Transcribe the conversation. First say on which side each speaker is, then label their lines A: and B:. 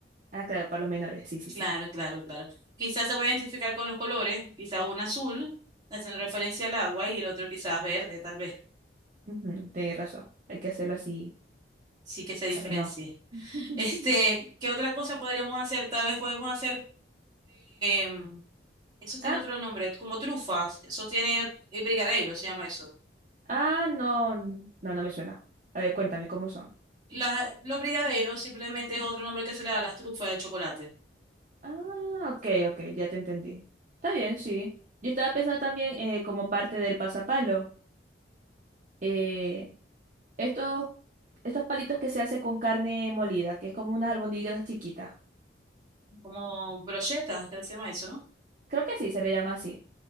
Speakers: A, on the right; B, on the right.
A: Ah, claro, para los menores. Sí, sí, sí.
B: Claro, claro, claro. Quizás se puede identificar con los colores, quizás un azul, haciendo referencia al agua, y el otro quizás verde, tal vez.
A: Ujú, tenés razón. Hay que hacerlo así.
B: Sí que se diferencie.
A: No. <laughs>
B: Este, ¿qué otra cosa podríamos hacer? Tal vez podemos hacer em, Eso tiene
A: Ah,
B: otro nombre, como trufas. Eso tiene eh, brigadeiro, se llama eso.
A: ah, no. No, no me suena. A ver, cuéntame cómo son.
B: Las- los brigadeiros simplemente es otro nombre que se le da a las trufas de chocolate.
A: Ah, ok, ok, ya te entendí. Está bien, sí. Yo estaba pensando también eh, como parte del pasapalo. eh, estos, estos palitos que se hace con carne molida, que es como unas albóndigas chiquitas.
B: Como brochetas, que se llama eso, ¿no?
A: Creo que sí, se le llama así.